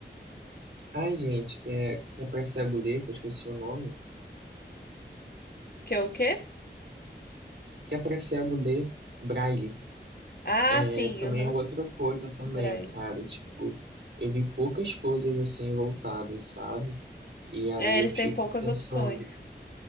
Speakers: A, on the right; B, on the left.
A: Ai, gente, que é, que é pra cego ler, que eu esqueci o nome.
B: Que é o quê?
A: que é pra cego ler braille.
B: Ah,
A: É,
B: sim,
A: também
B: aham.
A: é outra coisa também,
B: Braille.
A: cara, tipo, eu vi poucas coisas assim voltadas, sabe? E aí
B: É, eles
A: eu
B: têm
A: fico
B: poucas
A: pensando,
B: opções.